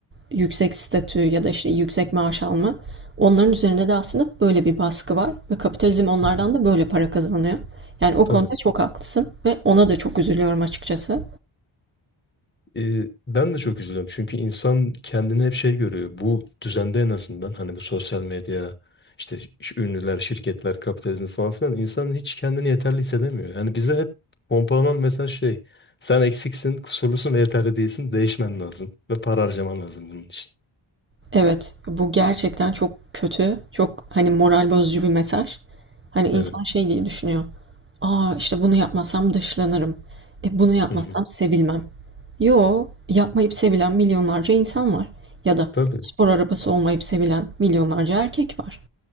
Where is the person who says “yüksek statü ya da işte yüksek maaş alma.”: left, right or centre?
Right